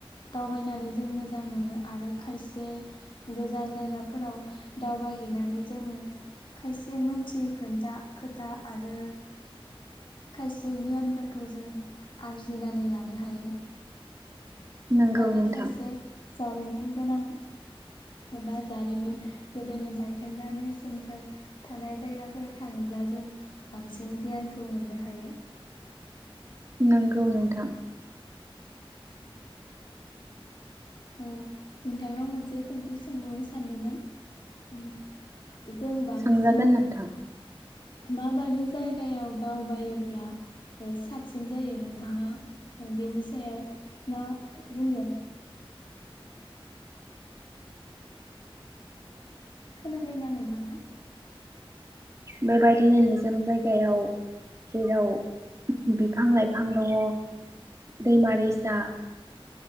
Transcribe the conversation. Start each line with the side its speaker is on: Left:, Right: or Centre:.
Left: दावबायनानै जों मोजां मोनो आरो खायसे गोजान जायगाफोराव दावबायहैनानै जों खायसे मोनथियै खोन्था खोथा आरो खायसे गियानफोरखौ जों आरजिनानै लानो हायो।
Right: नंगौ
Left: आरो
Right: नोंथां
Left: खायसे जारिमिन गोनां एबा जारिमिन गोदोनि बायखोन्दा नेरसोनफोर थानाय जायगाफोराव थाङोब्ला जों बांसिन गियानखौ मोननो हायो।
Right: नंगौ नोंथां।
Left: नोंथांनाव मोनसे सोंथि सोंबावनो सानदोंमोन। जों बांसिन
Right: सोंजागोन नोंथां
Left: माबायदि जायगायाव दावबायोब्ला ओ साबसिन जायो नोंथाङा बेनि सायाव मा ओ बुंगोन। खोनादोंना नोंथांङा।
Right: बे बाय गिनोनो जोम जायगायाव। जेराव बिफां लाइफां दङ दैमा दैसा।